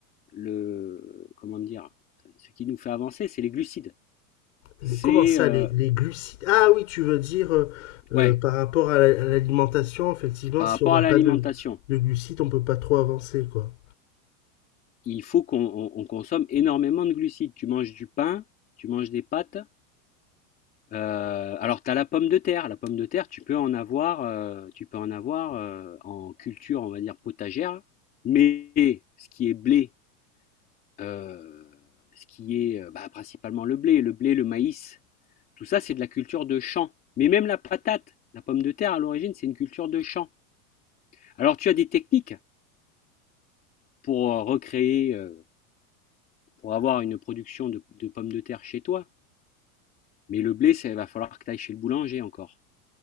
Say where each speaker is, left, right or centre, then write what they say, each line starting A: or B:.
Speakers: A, on the left; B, on the left.
A: le comment dire, ce qui nous fait avancer, c'est les glucides. C'est
B: les, comment ça,
A: euh,
B: les, les glucides Ah oui, tu veux dire euh, euh,
A: ouais,
B: par rapport à la- à l'alimentation, effectivement,
A: par
B: si
A: rapport
B: on n'a
A: à l'alimentation,
B: pas de, de glucides, on peut pas trop avancer, quoi.
A: il faut qu'on consomme énormément de glucides. Tu manges du pain, tu manges des pâtes. euh, alors tu as la pomme de terre. La pomme de terre, tu peux en avoir, euh, tu peux en avoir euh, en culture, on va dire potagère. Mais ce qui est blé, euh, ce qui est euh, bah, principalement le blé, le blé, le maïs, Tout ça, c'est de la culture de champ. Mais même la patate, la pomme de terre, à l'origine, c'est une culture de champ. Alors, tu as des techniques pour euh, recréer, euh, pour avoir une production de, de pommes de terre chez toi. Mais le blé, ça il va falloir que tu ailles chez le boulanger encore.